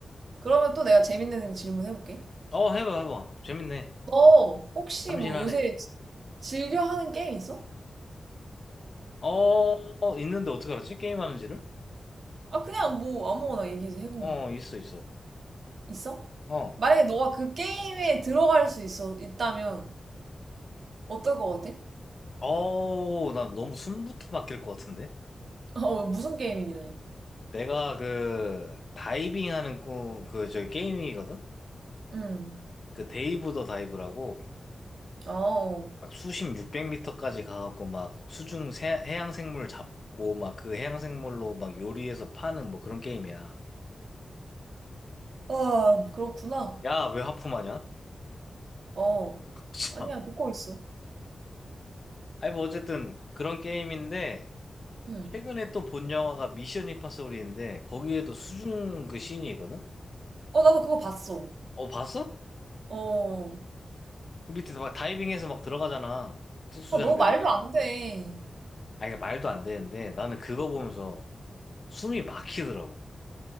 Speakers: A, on the right; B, on the left.
A: 그러면 또 내가 재밌는 질문 해볼게.
B: 어, 해봐, 해봐. 재밌네.
A: 너 혹시
B: 참신하네.
A: 뭐 요새 지- 즐겨 하는 게임 있어?
B: 어, 어, 있는데 어떻게 알았지? 게임하는지를?
A: 아, 그냥 뭐 아무거나 얘기 좀 해본
B: 어,
A: 거야.
B: 있어, 있어.
A: 있어?
B: 어.
A: 만약에 너가 그 게임에 들어갈 수 있어, 있다면 어떨 것 같아?
B: 어우, 나 너무 숨부터 막힐 것 같은데?
A: <laughs> 어, 무슨 게임이길래?
B: 내가 그 다이빙 하는 꿈, 그 저기 게임이거든?
A: 응.
B: 그 데이브 더 다이브라고
A: 아, 어.
B: 막 수심 600m까지 가갖고 막 수중 새- 해양 생물 잡고 막 그 해양 생물로 막 요리해서 파는 뭐 그런 게임이야.
A: 아, 그렇구나.
B: 야, 왜 하품하냐?
A: 어.
B: <laughs> 참.
A: 아니야, 듣고 있어.
B: 아니 뭐 어쨌든 그런 게임인데
A: 응.
B: 최근에 또 본 영화가 미션 임파서블인데 거기에도 수중 그 씬이 있거든?
A: 어, 나도 그거 봤어.
B: 어, 봤어?
A: 어.
B: 그 밑에 막 다이빙해서 막 들어가잖아. 특수
A: 아,
B: 장비로.
A: 너 말도 안 돼.
B: 아니, 그 말도 안 되는데 나는 그거 보면서 숨이 막히더라고.